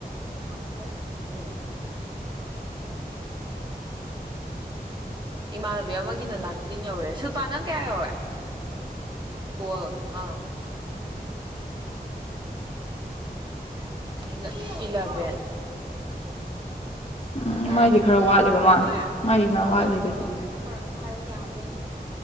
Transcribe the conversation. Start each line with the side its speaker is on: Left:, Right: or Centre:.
Right: ꯁꯨꯝ ꯁꯥꯟꯅ ꯂꯩꯔꯕꫭ ꯎꯝ ꯏꯃꯥꯟꯅꯕꯤ ꯑꯃꯒꯤꯅ ꯅꯥꯏꯟꯇꯤꯟ ꯌꯧꯔꯦ ꯁꯤꯜꯄꯥꯥ ꯅꯪ ꯀꯌꯥ ꯌꯧꯔꯦ ꯀꯣꯜ ꯑꯥ ꯑ ꯏꯂꯕꯦꯟ ꯏꯂ ꯏꯂꯕꯦꯟ <inaudible>
Left: ꯎꯝ
Right: ꯇꯔꯥ
Left: ꯃꯥꯏꯗꯤ
Right: ꯈꯇꯪ
Left: ꯈꯔ
Right: ꯉꯥꯏꯔꯦ
Left: ꯋꯥꯠꯂꯦꯕ ꯃꯥ
Right: ꯁꯤꯜꯄꯥ
Left: ꯃꯥꯏꯗꯤ
Right: ꯍꯥꯎ
Left: ꯈꯔ
Right: ꯑ ꯑꯩ
Left: ꯋꯥꯠꯂꯤ ꯑꯗꯨꯗꯤ
Right: ꯀꫭꯜ ꯇꯧꯒꯦ ꯅꯝꯕꯔ ꯑꯝ ꯑꯝꯇ ꯍꯥꯏꯔꯛ ꯑꫭ ꯌꯥꯕ꯭ꯔ ꯌꯦꯡ